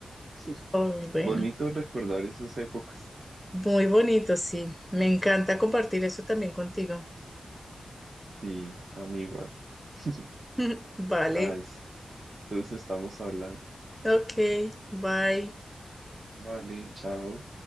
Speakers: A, on the right; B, in the centre.
A: sí. <laughs>
B: Oh, bueno.
A: Bonito recordar esas épocas.
B: Muy bonito, sí. Me encanta compartir eso también contigo.
A: Sí, a mí igual. <laughs>
B: <laughs> Vale.
A: Ay, sí. Entonces estamos hablando.
B: Ok, bye.
A: Vale, chao.